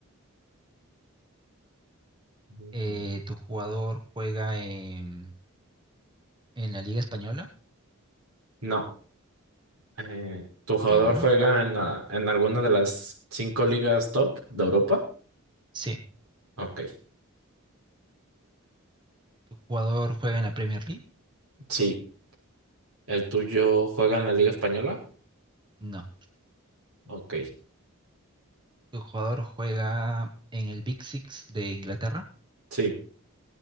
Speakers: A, on the right (about 85°); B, on the right (about 20°).
A: Mm,
B: Eh, ¿tu jugador juega en, en la Liga Española?
A: No. Eh, ¿tu jugador
B: Ya.
A: juega en la, en alguna de las cinco ligas top de Europa?
B: Sí.
A: Ok,
B: ¿Tu jugador juega en la Premier League?
A: sí. ¿El tuyo juega en la Liga Española?
B: No.
A: Ok.
B: ¿Tu jugador juega en el Big Six de Inglaterra?
A: Sí.